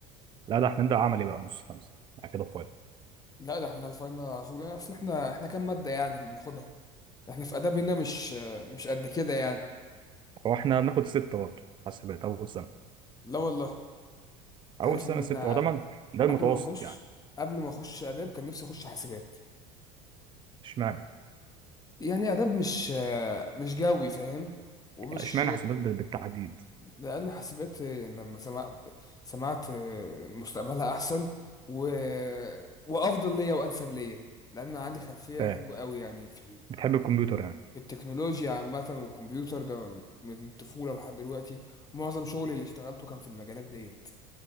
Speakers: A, on the right (about 30°); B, on the left (about 20°).
A: لا ده احنا هنبدأ عملي بقى نص خمسة بعد كده فاينل
B: لا ده احنا الفاينل على طول اصل احنا احنا كام ماده يعني اللي بناخدها احنا في اداب هنا مش مش قد كده يعني
A: هو احنا بناخد ستة برضه حاسبات اول سنه
B: لا والله انت
A: اول
B: عارف
A: سنه
B: ان
A: ستة
B: انا
A: هو ده من- ده المتوسط
B: قبل ما اخش
A: يعني
B: قبل ما اخش اداب كان نفسي اخش حاسبات
A: اشمعنى
B: يعني اداب مش مش جوي فاهم ومش
A: يعني اشمعنى حاسبات بال- بالتحديد
B: لأن حسبت لما سمعت سمعت مستقبلها أحسن و... وأفضل ليا وأنسب ليا لأن أنا عندي خلفية
A: ف
B: حلوة قوي يعني في ال...
A: بتحب الكمبيوتر يعني
B: في التكنولوجيا عامة والكمبيوتر ده من الطفولة لحد دلوقتي معظم شغلي اللي اشتغلته كان في المجالات ديت